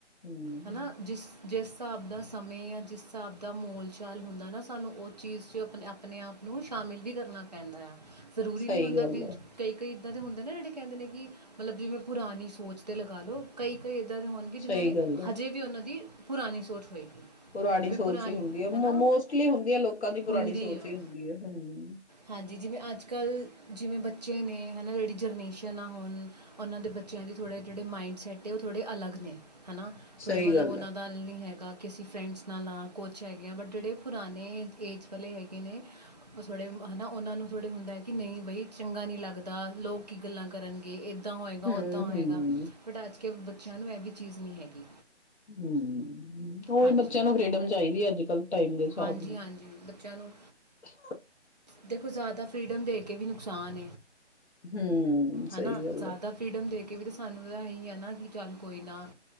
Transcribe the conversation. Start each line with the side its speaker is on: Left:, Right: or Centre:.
Left: ਹਮ
Right: ਹੈ ਨਾ ਜਿਸ ਜਿਸ ਹਿਸਾਬ ਦਾ ਸਮੇਂ ਜਾਂ ਜਿਸ ਹਿਸਾਬ ਦਾ ਮੋਲ ਚਾਲ ਹੁੰਦਾ ਨਾ ਸਾਨੂੰ ਉਹ ਚੀਜ਼ 'ਚ ਆਪਣੇ ਆਪਣੇ ਆਪ ਨੂੰ ਸ਼ਾਮਿਲ ਵੀ ਕਰਨਾ ਪੈਂਦਾ ਆ ਜ਼ਰੂਰੀ
Left: ਸਹੀ
Right: ਨਹੀਂੀ ਹੁੰਦਾ
Left: ਗੱਲ ਆ
Right: ਕਈ ਕਈ ਇੱਦਾਂ ਦੇ ਹੁੰਦੇ ਨਾ ਜਿਹੜੇ ਕਹਿੰਦੇ ਨੇ ਕਿ ਮਤਲਬ ਜਿਵੇਂ ਪੁਰਾਣੀ ਸੋਚ ਤੇ ਲਗਾਾਲ ਲੋ ਕਈ ਕਈ ੱਧਰ ਹੋਣਗੇ ਜਿਨ੍ਹਾਂ
Left: ਸਹੀ
Right: ਨੇ
Left: ਗੱਲ ਆ
Right: ਹਜੇ ਵੀ ਉਹਨਾਂ ਦੀ ਪੁਰਾਣੀ ਸੋਚ ਹੋਏਗੀ
Left: ਪੁਰਾਣੀ
Right: ਜਿਵੇਂ
Left: ਸੋਚ
Right: ਪੁਰਾਣੀ
Left: ਹੀ ਹੁੰਦੀ ਹੈ
Right: ਨਾ
Left: ਮੋਸਟਲੀ ਹੁੰਦੀ ਹੈ ਲੋਕਾਂ ਦੀ ਪੁਰਾਣੀ
Right: ਹੁੰਦੀ
Left: ਸੋਚ
Right: ਆ
Left: ਹੀ ਹੁੰਦੀ ਹੈ ਹਮ
Right: ਹਾਂਜੀ ਜਿਵੇਂ ਅੱਜ ਕੱਲ੍ਹ ਜਿਵੇਂ ਬੱਚੇ ਨੇ ਹੈ ਨਾ ਜਿਹੜੀ ਜਨੇਸ਼ਨ ਆ ਹੁਣ ਉਹਨਾਂ ਦੇ ਬੱਚਿਆਂ ਦੀ ਥੋੜ੍ਹੇ ਜਿਹੜੇ ਮਾਈੰਡਸੈੱਟ ਹੈ ਉਹ ਥੋੜ੍ਹੇ ਅਲੱਗ ਨੇ ਹਨਾ ਥੋੜੇ
Left: ਸਹੀ
Right: ਮਤਲਬ
Left: ਗੱਲ
Right: ਉਹਨਾਂ
Left: ਹੈ
Right: ਦਾ ਨੀ ਹੈਗਾ ਕਿ ਅਸੀਂ ਫਰੈਂਡਸ ਨਾਲ ਹਾਂ ਕੋਚ ਹੈਗੇ ਹਾਂ ਬਟ ਜਿਹੜੇ ਪੁਰਾਣੇ ਏਜ ਵਾਲੇ ਹੈਗੇ ਨੇ ਉਹ ਥੋੜ੍ਹੇ ਹੈ ਨਾ ਉਹਨਾਂ ਨੂੰ ਥੋੜ੍ਹੇ ਹੁੰਦਾ ਹੈ ਕਿ ਨਹੀਂ ਬਈ ਚੰਗਾ ਨਹੀਂ ਲੱਗਦਾ ਲੋਕ ਕੀ ਗੱਲਾਂ ਕਰਨਗੇ ਇਹ ੱਦਾਂ ਹੋਏਗਾ
Left: ਹਮ
Right: ੱਦਾਂ ਹੋਏਗਾ
Left: ਹਮ
Right: ਬਟ ਅੱਜ ਕ ਬੱਚਿਆਂ ਨੂੰ ਇਹ ਵੀ ਚੀਜ਼ ਨਹੀਂ ਹੈਗੀ
Left: ਹਮ ਉਹੀ
Right: ਹਾਂਜੀ
Left: ਬੱਚਿਆਂ ਨੂੰ ਫੀਡਮ ਚਾਹੀਦੀ ਹੈ ਅੱਜ ਕੱਲ ਟਾਈਮ ਦੇ ਹਿਸਾਬ
Right: ਹਾਂਜੀ
Left: ਨਾਲ
Right: ਹਾਂਜੀ ਬੱਚਿਆਂ ਨੂੰ ਦੇਖੋ ਜ਼ਿਆਦਾ ਫਰੀਡਮ ਦੇ ਕੇ ਵੀਨੂੰ ਨੁਕਸਾਨ
Left: ਹਮ
Right: ਹੈ
Left: ਸਹੀ
Right: ਨਾ
Left: ਗੱਲ
Right: ਜ਼ਿਆਦਾ
Left: ਹੈ
Right: ਦੇ ਕੇ ਵੀ ਤਾਂ ਸਾਨੂੰ ਤਾਂ ਇਹੀ ਹੈ ਨਾ ਕਿ ਚੱਲ ਕੋਈ ਨਾ